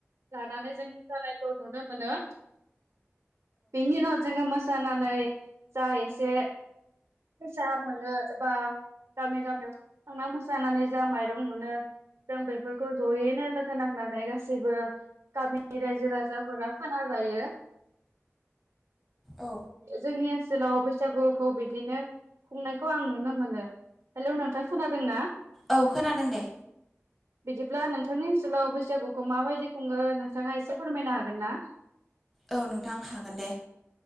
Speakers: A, on the right (about 80°); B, in the centre.
A: लानानै जों मोसानायखौ नुनो मोनो बेनि उनाव जोंङो मोसानानै जा एसे फैसा मोनो एबा गामि गामियाव थांना जानानै जा माइरं मोनो जों बेफोरखौ जयैनो लोगो नांनानै गासैबो गामिनि रायजो राजाफोरा खाना जा जायो
B: औ
A: जोंनिया जेलाव बैसागुखौ बिदिनो खुंनायखौ आं नुनो मोनो हेल' नोंथां खोनादोंना?
B: औ खोनादों दे
A: बिदिब्ला नोंथांनि ओनसोलाव बैसागुखौ माबायदि खुङो नोंथाङा एसे फोरमायनो हागोन ना?
B: औ नोंथां हागोन दे